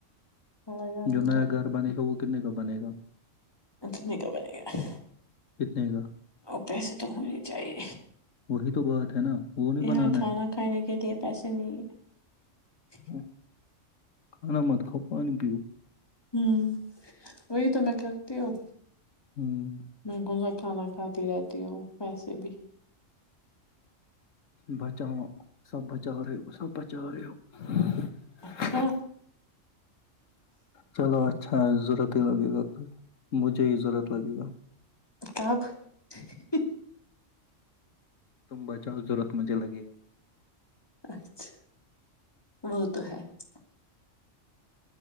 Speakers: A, on the left; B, on the left.
A: ہمارے جانے
B: جو نیا گھر بنے گا وہ کتنے بنے گا
A: توتنے کا بنے گیا
B: کتنے کا
A: اور پیسے تو ہونے چاہے
B: ی تو بہت ہے نا وہ نہیں
A: یہاں
B: بنانا
A: کھانا کھانے کے لیئے پیسے نہیں ہیں
B: ہے
A: <inaudible>
B: کھانا مت کاؤ پانی پیو
A: ہوں وہی تو میں کرتی ہوں
B: ہوں <unintelligible>
A: میں کون سا کھانا کھاتی رہتی ہوں ویسے بھی
B: بچا سب بچ <unintelligible> پہچا رہے ہو سب پچا رہے ہو <unintelligible>
A: اچھا
B: چلو اچھا ضرورت ہی لگے گا مجھے ہی ضرورت لگے گا
A: کتاب <unintelligible>
B: تم بچاؤ ضرورت مجھے لگے گا
A: اچھا <unintelligible> وہ تو ہے <unintelligible>